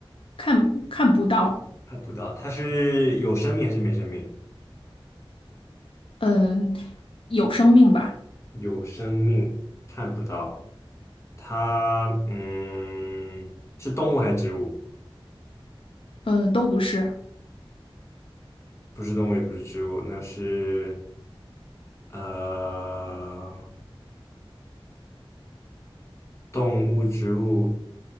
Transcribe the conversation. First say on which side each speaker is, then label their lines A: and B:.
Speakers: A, on the left (about 70°); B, on the left (about 30°).
A: 看看不到，
B: 看不到，它是有生命还是没生命？
A: 嗯、有生命吧。
B: 有生命，看不到。它，嗯，是动物还是植物？
A: 呃，都不是。
B: 不是动物也不是植物，那是呃动物植物，